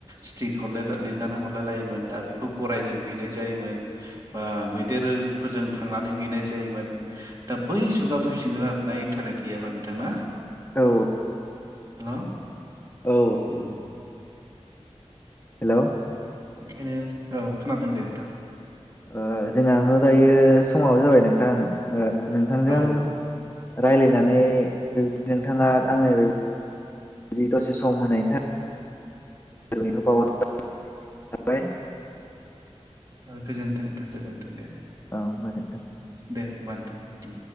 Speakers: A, on the right; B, on the left.
A: स्टिक हरालाय ला लिरनानै हरलाय लायोमोन दा बेखौ गरायजों हैनाय जायोमोन बा मैदेरफोरजों थांनानै हैनाय जायोमोन दा बै जुगा फैफिनगोन आरोना इन्टारनेट गैयाबा नोंथां ना?
B: औ
A: हेल'।
B: औ
A: उम
B: हेल'।
A: ओंखायनो औ खोनादों दे नोंथां।
B: ओ जोंनाथ' दायो समावो जाबाय नोंथां। ओ नोंथांजों
A: औ
B: रायज्लायनानै बिबायदिनो नोंथाङा आंनो बेबायदि दसे सम सम होनायनि थाखाय <inaudible> थाबाय।
A: ओ गोजोनथों नोथां गोजोनथों दे।
B: औ गोजोनथों।
A: दे होमबा नोंथां।